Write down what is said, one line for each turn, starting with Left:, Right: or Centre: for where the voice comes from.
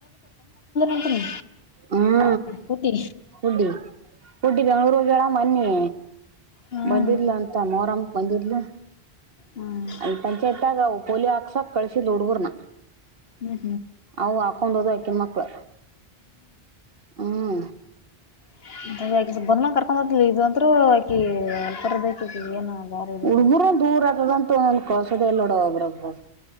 Left: ಅಂತೀನಿ
Right: ಹ್ಮ
Left: ಕೂತಿ
Right: ಕುಡ್ಡಿ. ಕುಡ್ಡಿ ಬೆಂಗ್ಳೂರ್ ಹೋಗಳ ಮನ್ನಿ
Left: ಹ್ಮ್
Right: ಬಂದಿದ್ಲ ಅಂತ ಮೋರಮ. ಬಂದಿದ್ಲು
Left: ಹ್ಮ್
Right: ಅಲ್ಲಿ ಪಂಚಾಯತ್ಯಾಗ ಪೋಲಿಯೋ ಹಾಕ್ಸಕ್ ಕಳಸಿದ ಹುಡುಗರ್ನ.
Left: ಹ್ಮ್
Right: ಅವ ಹಾಕೊಂಡ ಹೋದ್ ಆಕಿನ ಮಕ್ಳು ಹ್ಮ.
Left: <inaudible> ಬಂದ ಮಂಗ ಕರ್ಕೊಂಡ್ ಹದ್ಲಿ ಇಂತರುೂ ಆಕಿ ಎಲ್ಪರ್ದಕ ಏನು ಬಾರಿ ಇರೋದು.
Right: ಹುಡ್ಗುರು <unintelligible>